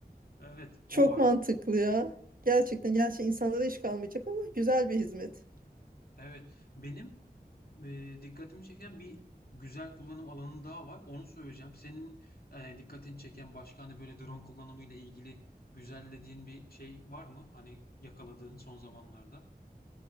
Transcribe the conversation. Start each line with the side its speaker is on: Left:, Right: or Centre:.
Left: Evet,
Right: <laughs>
Left: o
Right: Çok
Left: var.
Right: mantıklı ya. Gerçekten gerçekten insanlara iş kalmayacak ama güzel bir hizmet.
Left: Evet, benim e, dikkatimi çeken bir güzel kullanım alanı daha var. Onu söyleyeceğim. Senin e, dikkatini çeken başka hani böyle drone kullanımı ile ilgili güzel dediğin bir şey var mı? Hani yakaladığın son zamanlarda.